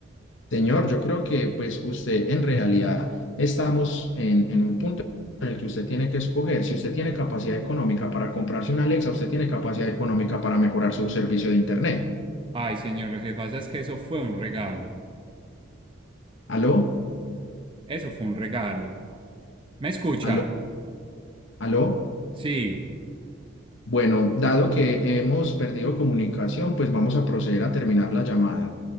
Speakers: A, on the left; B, on the right.
A: Señor, yo creo que pues usted en realidad estamos en, en un punto en el que usted tiene que escoger. Si usted tiene capacidad económica para comprarse una Alexa, usted tiene capacidad económica para mejorar su servicio de Internet.
B: Ay, señor, lo que pasa es que eso fue un regalo.
A: ¿Aló?
B: Eso fue un regalo. ¿Me escucha?
A: ¿Aló? ¿Aló?
B: Sí.
A: Bueno, dado que hemos perdido comunicación, pues vamos a proceder a terminar la llamada.